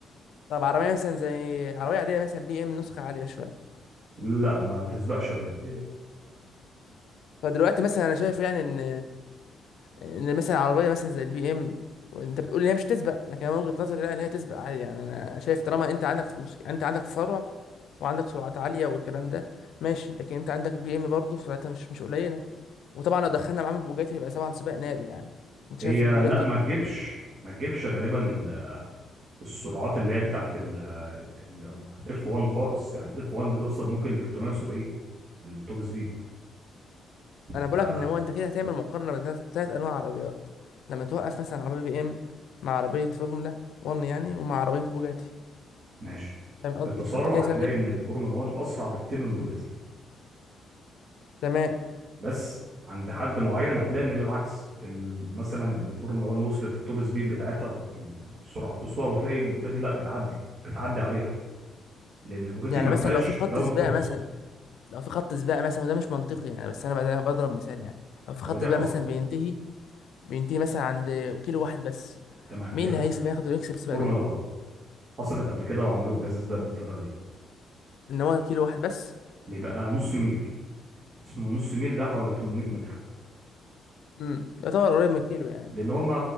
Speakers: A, on the left; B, on the right.
A: طب عربيه مثلا زي عربيه عاديه مثلا بي ام نسخه عاليه شويه
B: لا ما تسبقش غالبا
A: فدلوقتي مثلا انا شايف يعني ان ان مثلا عربيه مثلا زي البي ام وانت بتقول لي هي مش تسبق لكن انا من وجهه نظري لا ان هي تسبق عادي يعني انا شايف طالما انت عندك مشكله انت عندك تسارع وعندك سرعات عاليه والكلام ده ماشي لكن انت عندك بي ام برضه سرعتها مش مش قليله وطبعا لو دخلنا معاه البوجاتي هيبقى طبعا سباق ناري يعني انت شايف
B: هي
A: البوجاتي
B: لا ما تجيبش ما تجيبش غالبا ال- السرعات اللي هي بتاعت الاف 1 خالص يعني الاف 1 بتوصل ممكن ل 370 التوب سبيد فتمام
A: انا بقول لك ان هو انت كده هتعمل مقارنه بين ثلاث انواع عربيات لما توقف مثلا عربيه بي ام مع عربيه فورمولا 1 يعني ومع عربيه بوجاتي
B: ماشي
A: فاهم قصدي
B: في التسارع
A: فانت كده شاغل
B: هتلاقي ان الفورمولا 1 اسرع بكتير من بوجاتي
A: تمام
B: بس عند حد معين هتلاقي ان العكس ال- مثلا الفورمولا 1 وصلت التوب سبيد بتاعتها في السرعه القصوى وتلاقي البوجاتي لا بتعدي بتعدي عليها لان البوجاتي
A: يعني
B: ما
A: مثلا
B: فيهاش
A: لو في خط
B: داون
A: سباق
B: فورس
A: مثلا لو في خط سباق مثلا وده مش منطقي يعني بس انا بعدها بضرب مثال يعني لو في خط
B: هو دي
A: سباق
B: حصلت
A: مثلا بينتهي بينتهي مثلا عند كيلو واحد بس
B: تمام
A: مين
B: دي
A: اللي
B: حصلت
A: هيسبق ياخد ويكسب السباق
B: فورمولا
A: ده
B: 1 حصلت قبل كده وعملوه كذا سباق بالطريقه دي
A: ان هو كيلو واحد بس
B: بيبقى نص ميل اسمه نص ميل ده حوالي 800 متر
A: امم يعتبر قريب من الكيلو يعني
B: لان هما